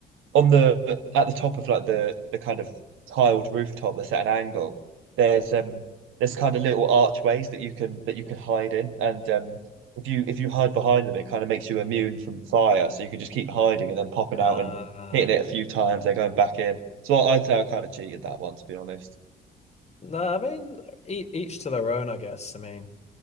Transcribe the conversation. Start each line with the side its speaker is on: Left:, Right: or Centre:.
Right: on the at the top of like the the kind of tiled rooftop that's at an angle, there's um there's kind of little archways that you can that you can hide in, and um if you if you hide behind them, it kind of makes you immune from the fire, so you can just keep hiding and then popping
Left: Uh,
Right: out and hitting it a few times, then going back in. So I, I'd say I kind of cheated that one, to be honest.
Left: no, I mean each, each to their own, I guess. I mean